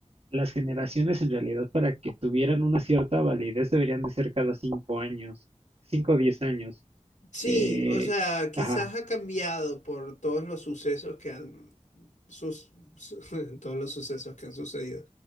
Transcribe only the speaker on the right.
Las generaciones en realidad para que tuvieran una cierta validez deberían de ser cada cinco años, cinco o diez años.
Eh,
ajá.